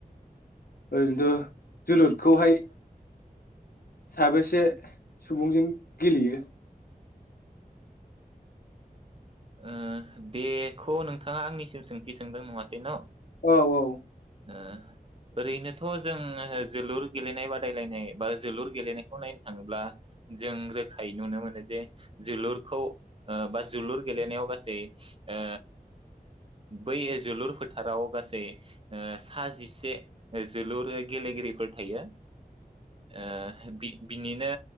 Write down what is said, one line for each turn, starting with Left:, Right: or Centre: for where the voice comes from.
Left: ओरैनोथ' जोलुदखौहाय साबेसे सुबुंजों गेलेयो?
Right: ओ बेखौ नोंथाङा आंनिसिम सोंथि सोंदों नङासै न
Left: औ औ
Right: ओ ओरैनोथ जोंङो जोलुर गेलेनाय बादायलायनाय बा जोलुर गेलेनायखौ नायनो थाङोब्ला जों रोखायै नुनो मोनो जे जोलुरखौ बा जोलुर गेलेनायाव गासै ओ बै जोलुर फोथाराव गासै ओ सा जिसे जोलुर गेलेगिरिफोर थायो। ओ बि बिनिनो